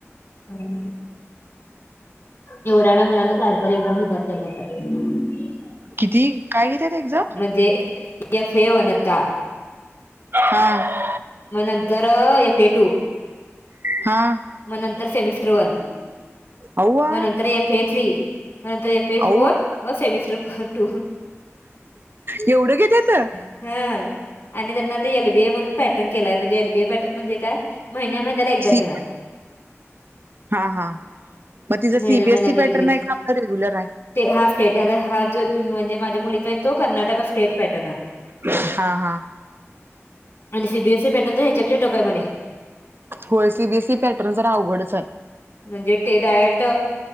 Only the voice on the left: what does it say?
<inaudible> एवढ्या एवढ्या मुलांना <unintelligible> येत.
म्हणजे एफ ए वनता
म नंतर एफ ए टू,
म नंतर सेमिस्टर वन.
म नंतर एफ ए थ्री, म नंतर एफ ए
फोर, म सेमीस्टर फोर टू.
हम्म, आणि त्यांना आता एल बी ए म्हणून पॅटर्न केलाय म्हणजे एल बी ए पॅटर्न म्हणजे का महिन्या महिन्याला एक्झाम
घेणार.
महिन्या
महिन्याला
रिजनिंग
हा स्टेट हा जो म्हणजे माझ्या मुलीचा आय तो कर्नाटक स्टेट पॅटर्न.
आणि C B S C pattern तर हेच्या पेक्षा टफ आहे म्हणे.
म्हणजे ते डायरेक्ट